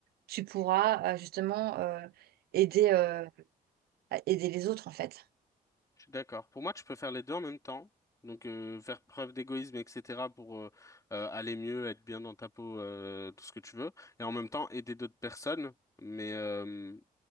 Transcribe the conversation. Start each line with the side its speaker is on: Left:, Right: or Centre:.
Right: tu pourras euh, justement euh, aider, euh, à aider les autres en fait.
Left: Je suis d'accord. Pour moi, tu peux faire les deux en même temps. Donc, euh, faire preuve d'égoïsme, etc., pour euh, euh, aller mieux, être bien dans ta peau, euh, tout ce que tu veux. Et en même temps, aider d'autres personnes. Mais, euh, tu